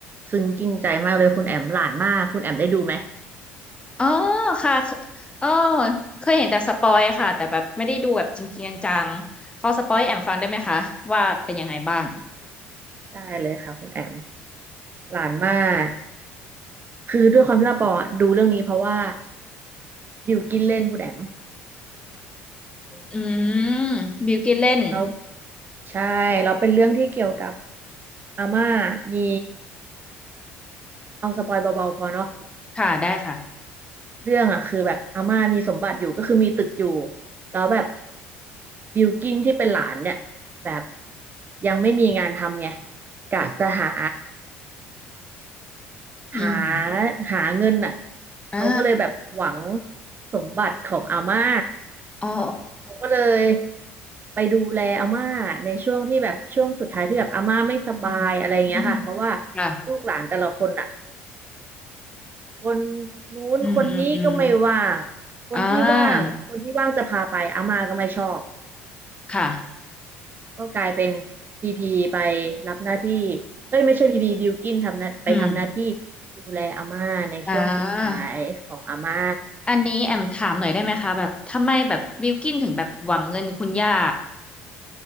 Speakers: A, on the right (about 35°); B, on the left (about 20°).
A: ซึ้งกินใจมากเลยคุณแอมหลานมากคุณแอมได้ดูไหม
B: อ๋อค่ะเออเคยเห็นแต่สปอยค่ะแต่แบบไม่ได้ดูแบบจริงๆจังๆพอสปอยให้แอมฟังได้ไหมคะว่าเป็นยังไงบ้าง
A: ได้เลยค่ะคุณแอมหลานมากคือด้วยความที่ว่าปอดูเรื่องนี้เพราะว่าบิวกินเล่นคุณแอม
B: อืมบิวกินเล่น
A: แล้วใช่เราเป็นเรื่องที่เกี่ยวกับอาม่ามีเอาสปอยเบาๆพอเนาะ
B: ค่ะได้ค่ะ
A: เรื่องอ่ะคือแบบอาม่ามีสมบัติอยู่ก็คือมีตึกอยู่แล้วแบบบิลกิ้นที่เป็นหลานเนี่ยแบบยังไม่มีงานทำไงกะจะหา
B: อืม
A: หาหาเงินอ่ะ
B: อ่า
A: เขาก็เลยแบบหวังสมบัติของอาม่า
B: อ๋อ
A: เขาก็เลยไปดูแลอาม่าในช่วงที่แบบช่วงสุดท้ายที่แบบอาม่าไม่สบายอะไรเงี้ยค่ะเพราะว่า
B: อืมอืมค่ะ
A: ลูกหลานแต่ละคนอ่ะ คนนู้นคนนี้ก็ไม่ว่าง
B: อืมอืมอืม
A: คนที่ว่างคนที่ว่างจะพาไปอาม่าก็ไม่ชอบ
B: อ่าค่ะ
A: ก็กลายเป็นพีพีไปรับหน้าที่เอ้ยไม่ใช่พีพีบิลกินทำหน้าไปทำหน้าที่
B: อืม
A: ดูแลอาม่าในช่วงสุดท้ายของอาม่า
B: อ่าอันนี้แอมถามหน่อยได้ไหมคะ แบบทำไมแบบบิลกินถึงแบบหวังเงินคุณย่า